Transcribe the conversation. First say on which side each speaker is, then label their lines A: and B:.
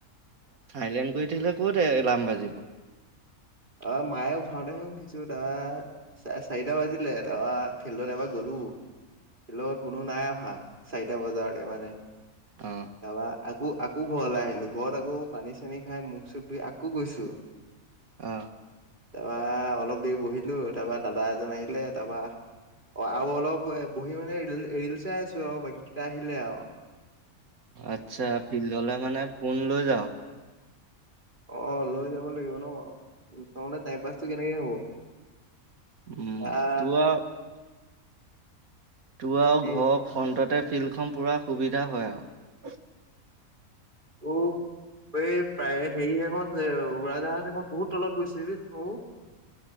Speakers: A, on the right; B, on the right.
A: চাইলেণ্ড কৰি থাকিলে ক'ত এলাৰ্ম বাজিব।
B: অ মায়ে উঠাওঁতেহে উঠিছো তা চা চাৰিটা বাজিলে তাৰপা ফিল্ডত এবাৰ গলো হু ফিলত কোনো নাই অহা চাৰিটা বজাৰতে মানে
A: অ
B: ত আক আ আকৌ ঘৰলে আহিলো ঘৰত আকৌ পানী চানী খাই মুখ চুখ ধুই আকৌ গৈছো।
A: অ
B: তাৰপৰা অলপ দেৰি বহিলো তাপা দাদা এজন আহিলে তাপা অ আউ অলপ এ বহি মানে ৰি ৰিলচ চাই আছো আউ বাকী কেইটা আহিলে আউ।
A: আচ্ছা ফিল্ডলে মানে ফোন লৈ যাও।
B: অ লৈ যাব লাগিব ন ত মানে টাইম পাচটো কেনেকে হ'ব।
A: উম
B: আহ
A: তো আউ তোৰ আও
B: কি
A: ঘৰ ফ্ৰণ্টতে ফিল্ডখন পুৰা সুবিধা হয় আউ
B: অ এই প্ৰায় হেৰি এখন উৰাজাহাজ এখন বহুত তলত গৈছে অ-